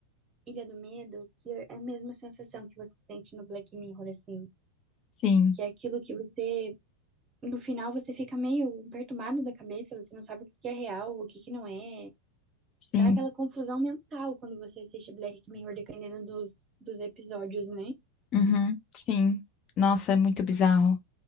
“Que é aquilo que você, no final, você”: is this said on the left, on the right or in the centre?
Right